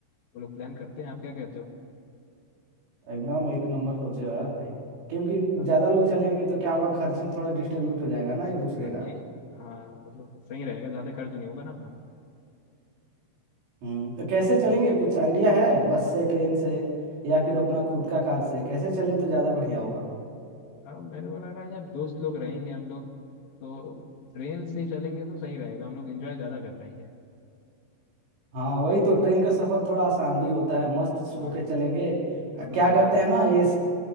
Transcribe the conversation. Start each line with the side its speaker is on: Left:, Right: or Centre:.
Left: वो लोग प्लान करते हैं आप क्या कहते हो
Right: एकदम एक नंबर सोचे हो यार भाई क्योंकि ज्यादा
Left: हाँ
Right: लोग चलेंगे तो क्या होगा खर्चे थोड़ा डिस्ट्रीब्यूट हो जाएगा ना एक दूसरे
Left: हाँ,
Right: का
Left: ये हाँ मतलब सही रहेगा ज़्यादा खर्च नहीं होगा ना अपना
Right: हम्म तो कैसे चलेंगे कुछ आइडिया है बस से ट्रेन से या फिर अपना खुद का कार से कैसे चले तो ज्यादा बढ़िया होगा
Left: हाँ मेरे को लग रहा है जब दोस्त लोग रहेंगे हम लोग तो ट्रेन से ही चलेंगे तो सही रहेगा हम लोग एंजॉय ज़्यादा कर पाएंगे
Right: हाँ वही तो ट्रेन का सफर थोड़ा आसान भी होता है मस्त सो
Left: हाँ
Right: के चलेंगे
Left: एकदम
Right: अ, क्या
Left: मज़ा
Right: करते
Left: आ जाएगा
Right: हैं ना एसी